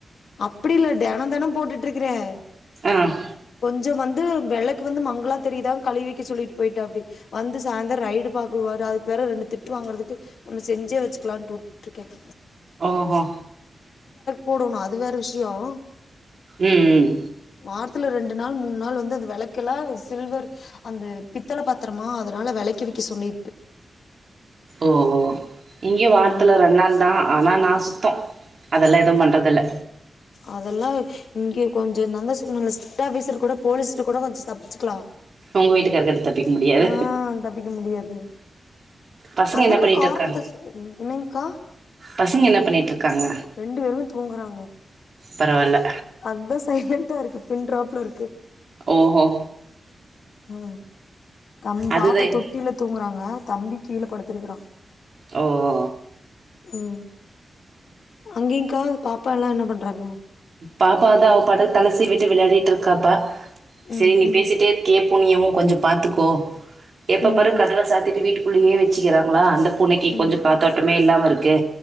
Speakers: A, on the left; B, on the right.
A: அப்படி இல்ல தெனம் தெனம் போட்டுட்டு இருக்கறேன்
B: ஆங்
A: இங்க வந்து வெளக் இங்க வந்து மங்களா தெரியுதா கழுவி ஓக்கே சொல்லிட்டு போய்டாப்டி வந்து சாய்ந்தரம் ரைடு பாக்குவாரு அதுக்கு வேற ரெண்டு திட்டு வாங்கறதுக்கு நம்ம செஞ்சே வச்சுக்கலாம்னுட்டு வுட்ருக்கேன்
B: ஓஹோ
A: போடணும் அது அது வேற விஷ்யோம்
B: ம் ம்
A: வாரத்துல ரெண்டு ரெண்டு நாள் மூணு நாள் வந்து அது வெளக்கெல்லா சில்வர் அந்த பித்தள பாத்தரமா அதனால வெளக்கி வைக்க சொல்லி
B: ஓஹோ இங்கே வாரத்துல
A: அது
B: ரெண்டு நாள் தான் ஆனா நான் சுத்தம் அதெல்லாம் எதும் பண்றது இல்ல
A: அதெல்லாம் இங்க கொஞ்சம் நான் தான் சொன்னேன்ல ஸ்ரிட் ஆபிசர் கூட போலீஸ் கூட கொஞ்சம் தப்பிச்சக்கலாம்
B: உங்கள் வீட்டுக்காரர்கிட்ட இருந்து தப்பிக்க முடியாது
A: ஆஹ் தப்பிக்க முடியாது
B: பசங்க
A: அதெல்லாம்
B: என்ன பண்ணிட்டு
A: காரணத்தை
B: இருக்காங்க
A: சொல்லி என்னங்க்கா
B: பசங்க என்ன பண்ணிட்டு இருக்காங்க
A: ரெண்டு பேருமே தூங்குறாங்க <unintelligible>
B: பரவாயில்ல
A: அந்த சைடுல <unintelligible> இருக்கு பின் ட்ராப்ல இருக்கு
B: ஓஹோ
A: ம் தம்
B: அதுதான்
A: பாப்பா தொட்டில தூங்குறாங்க தம்பி கீழ படுத்திருக்குறான்
B: ஓ ஓ
A: உம் அங்கேங்க்கா பாப்பால்லாம் என்ன பண்றாங்க
B: பாப்பா தான் அவ பாட்டுக்கு தலை சீவிட்டு விளையாடிட்டு இருக்காப்பா செரி
A: ம்
B: நீ
A: ம்
B: பேசிட்டே இருக்கியே பூனையவு கொஞ்சம் பாத்துக்கோ எப்ப
A: ம்
B: பாரு
A: ம்
B: கதவ சாத்திட்டு வீட்டுக்கு உள்ளையே வச்சுக்கிறாங்களா அந்த பூனைக்கி
A: ம்
B: கொஞ்ச காத்தோட்டமே இல்லாம ருக்கு